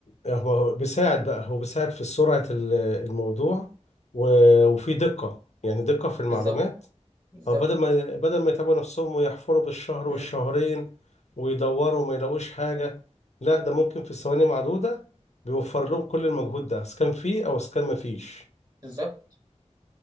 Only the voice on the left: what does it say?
هو بيساعد بقى هو بيساعد في سرعة ال- الموضوع و- وفي دقة يعني دقة في المعلومات
أو بدل ما بدل ما يتعبوا نفسهم ويحفروا بالشهر والشهرين
ويدوروا وما يلاقوش حاجة لا ده ممكن في ثواني معدودة بيوفر لهم كل المجهود ده سكان فيه أو سكان ما فيش